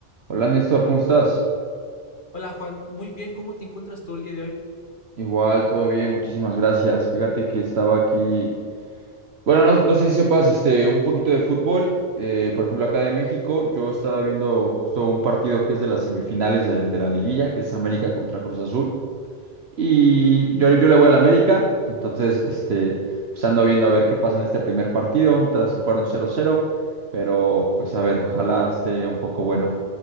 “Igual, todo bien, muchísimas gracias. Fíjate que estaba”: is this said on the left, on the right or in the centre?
Right